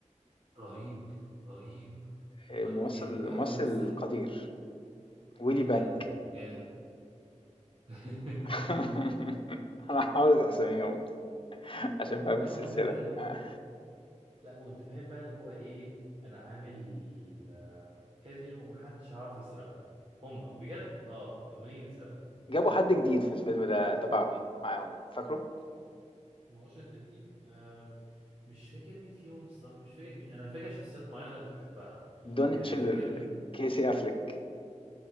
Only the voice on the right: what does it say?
رهيب رهيب
ط-
يعني بيعرف
يمثل
جدا
يا <laughs>
لا
وانت فاهم ال...
لا وانت فاهم بقى اللي هو ايه انا عامل آه، كازينو ومحدش هيعرف يسرقه هما بجد اه طب ما نيجي نسرقه
ما هوش التلتين آه مش فاكر مين فيهم الصراحه مش فاكر مين انا فاكر شخصيات معينه اللي كنت بحبها
يعني
انا فاكر